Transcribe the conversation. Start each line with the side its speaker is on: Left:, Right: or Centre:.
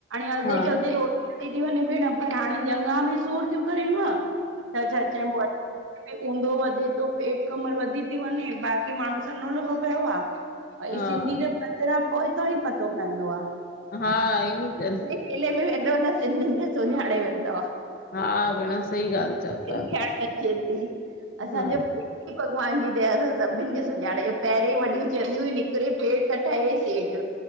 Right: हलधे
Left: हा
Right: चलदे रोट थी वञे भेण पर हाणे ॾ्यंघा बि सूर थीयूं करेनव छा चइबो आहे ऊंधो वधे थो पेट कमर वधी थी वञे बाक़ी माण्हू सनो लॻो पियो आहे
Left: हा हा
Right: सिंधी जे पत पोइ <unintelligible> त ई पतो पवंदो आहे
Left: हा हिनी करे
Right: मेले में वेंदव न सिंधियुनि खे सुञाणे वेंदव
Left: हा भेण सही ॻाल्हि चओ
Right: सिंधियाणी
Left: था
Right: अचे थी असांजे
Left: हा
Right: भॻवान जी दया सां सभिनि खे सुञाणे पहिरें वॾियूं चवंदिय हुई निकिरे पेट त ठहे सेठ